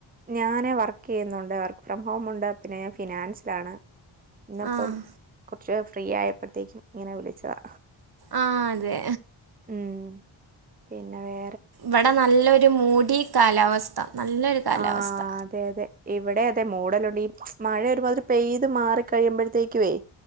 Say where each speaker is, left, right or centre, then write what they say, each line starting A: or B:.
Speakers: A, on the right (about 20°); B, on the right (about 50°).
A: ഞാന വർക്ക്‌ ചെയ്യുന്നുണ്ട് വർക്ക്‌ ഫ്രം ഹോം ഉണ്ട് പിന്നെ ഫിനാൻസ്ഡ് ആണ് ഇന്നിപ്പം
B: ആഹ്
A: കുറച്ച് ഫ്രീ ആയപ്പോഴത്തേക്കും ഇങ്ങനെ വിളിച്ചതാ
B: ആഹ് അതെ.
A: ഉം പിന്നെ വേ
B: വടെ നല്ലൊരു മൂടി കാലാവസ്ഥ നല്ലൊരു കാലാവസ്ഥ
A: ആ അതെ അതെ ഇവടെ അതെ മൂടലുണ്ട് ഈ മഴ ഒര്മാതിരി പെയ്ത് മാറി കഴിയ്മ്പഴത്തേക്കുവേ